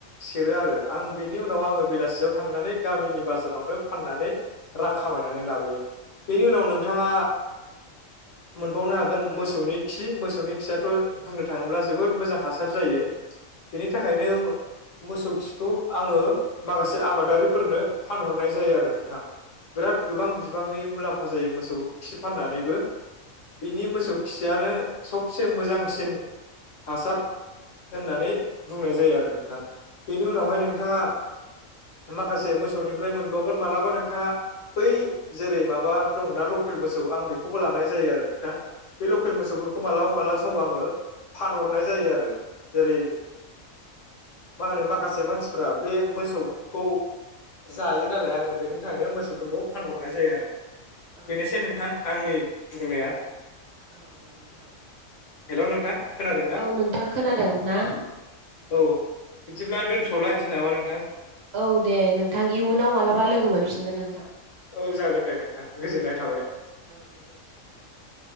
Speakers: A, on the left; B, on the right.
A: सेरो आरो आं बिनि उनाव आंङो बेलासियाव थांनानै गामिनि बा जारावनो फाननानै रां खामायनानै लाबोयो। बेनि उनाव नोंथाङा मोनबावनो हागोन मोसौनि खि मोसौनि खियाथ' बुंनो थांङोब्ला जोबोर मोजां हासार जायो। बेनि थाखायनो मोसौ खिखौ आंङो माखासे आबादारिफोरनो फानहरनाय जायो आरो नोंथां। बिराद गोबां बिबांनि मुलाम फा जायो मोसौ खि फाननानैबो। बिनि मोसौ खियानो सबसे मोजांसिन हासार होननानै बुंनाय जायो आरो नोंथां। बेनि उनावहाय
B: औ
A: नोंथाङा माखासे मोसौनिफ्राय मोनबावगोन मालाबा नोंथाङा बै जेरै माबा दं ना लकेल मोसौ <unintelligible> आं बेखौबो लानाय जायो आरो नोंथां। बे लेकेल मोसौफोर मालाबा मालाबा समाव आंङो फानहरनाय जायो आरो जेरै मा होनो माखासे मानसिफ्रा बे मोसौखौ जायो नालाय आङो बेनि थाखायनो मोसौफोरखौ फानहरनाय जायो आरोमोन।
B: औ
A: बेनोसै नोंथां आंनि बुंनाया।
B: औ दे नोंथां।
A: हेल' नोंथां खोनादोंना
B: औ नोंथां खोनादों ना?
A: औ बिदिब्ला दोनथ'लायसै नामा नों
B: औ दे नोंथां इयुनाव मालाबा लोगो मोनफिनगोन नोंथां।
A: औ जागोन दे नोंथां। गोजोननाय थाबाय।
B: औ दे औ दे गोजोननाय थाबाय नोंथां।